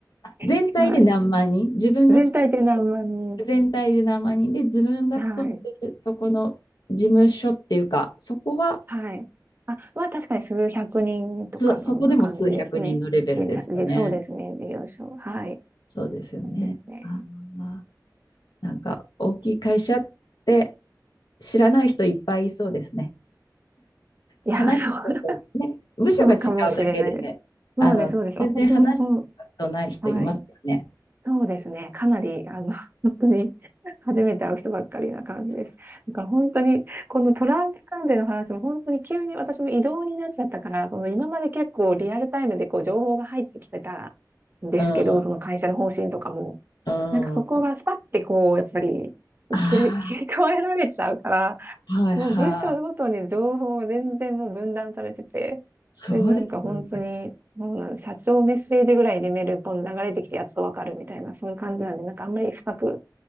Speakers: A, on the left; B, on the right.
A: 全体で何万人、
B: <laughs> はい。
A: 自分の勤めて
B: 全体で何万人。
A: る全体で何万人で、自分が勤めてるそこの事務所っていうか、
B: はい。
A: そこは、
B: はい。あ、まあ、確かに数百人とか、
A: つそこでも数百人のレベルですよね。
B: そんな感じですね。で、でそうですね。事業所。はい。
A: そうですよね。
B: そうですね。
A: あーまあなんか大きい会社って知らない人いっぱいいそうですね。
B: いやー、
A: 話したこと、
B: そう、
A: ね、部署が違うだけでね、
B: そうかもしれないです。そうです、
A: あの、
B: そうです。
A: 全然話したことない人いますよね。
B: 私も、うんはい。そうですね。かなり、あの、<laughs> 本当に <laughs> 初めて会う人ばっかりな感じです。だから本当に、このトランプ関連の話も本当に急に私も異動になっちゃったから、その今まで結構リアルタイムでこう情報が入ってきてたんですけど、
A: うん、
B: その会社の方針とかも、
A: うん。
B: なんかそこがスパッてこう、
A: あ
B: やっぱり
A: あ、
B: 切れ、切り替えられちゃうから、
A: はいはい。
B: もう文章ごとに情報が全然もう分断されてて、
A: そうですよね
B: で、なんか本当に、もうなん社長メッセージぐらいでメールポン流れてきてやっとわかるみたいな、そういう感じなんで、なんかあんまり深く聞